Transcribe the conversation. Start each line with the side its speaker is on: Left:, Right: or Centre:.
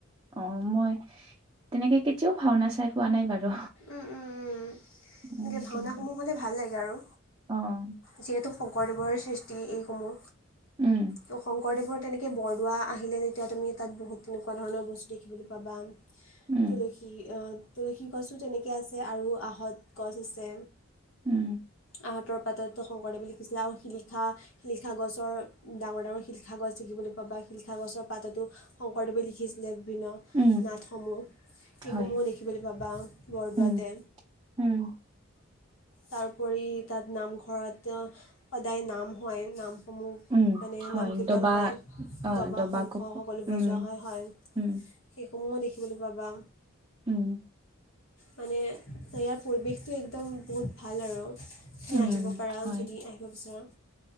Right: অঁ মই তেনেকে কেতিয়াও ভাওনা চাই পোৱা নাই বাৰু
Left: উম-উম-উম
Right: উম,
Left: এনেকে ভাওনাসমূহ
Right: কেনেকুৱা
Left: হলে ভাল লাগে আৰু
Right: অ',
Left: যিহেতু শংকৰদেৱৰ সৃষ্টি এইসমূহ
Right: উম,
Left: ত' শংকৰদেৱৰ তেনেকৈ বৰদোৱা আহিলে তেতিয়া তুমি তাত বহুত তেনেকুৱা ধৰণৰ বস্তু দেখিবলৈ পাবা।
Right: উম,
Left: তুলসী তুলসী গছো তেনেকে আছে আৰু আহত গছ আছে।
Right: উম।
Left: আহঁতৰ পাততো শংকৰদেৱ লিখিছিলে আৰু শিলিখা শিলিখা গছৰ ডাঙৰ ডাঙৰ শিলিখা গছ - বা শিলিখা গছৰ পাততো শংকৰদেৱে লিখিছিলে। বিভিন্ন
Right: উম,
Left: নাটসমূহ সেইসমূহো
Right: হয়,
Left: দেখিবলৈ পাবা। বৰদোৱাতে।
Right: উম, উম,
Left: তাৰ কৰি তাত নামঘৰত সদায় নাম হয় নাম। সমূহ
Right: উম,
Left: মানে
Right: হয়,
Left: নাম কীৰ্তন
Right: দবা
Left: হয়
Right: অ',
Left: দবা শংখ
Right: কোপ
Left: সকলো
Right: উম,
Left: বজোৱা হয় হয়।
Right: উম,
Left: সেইসমূহো দেখিবলৈ পাবা।
Right: উম।
Left: মানে ইয়াৰ পৰিৱেশটো একদম বহুত ভাল আৰু। ম
Right: উম,
Left: আহিব পাৰা
Right: হয়,
Left: যদি আহিব বিচৰা।